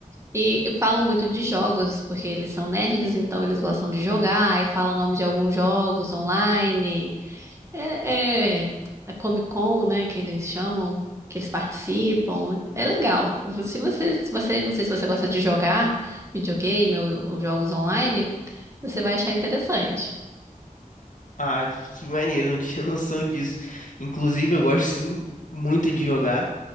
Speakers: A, on the right; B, on the left.
A: E e falam muito de jogos, porque eles são nerds, então eles gostam de jogar, e falam o nome de alguns jogos online. É, é a Comic Con, né, que eles chamam, que eles participam. É legal. Se você, se você, não sei se você gosta de jogar videogame ou, ou jogos online, você vai achar interessante.
B: Ah, que, que maneiro, não tinha <laughs> noção disso. Inclusive, eu gosto sim muito de jogar.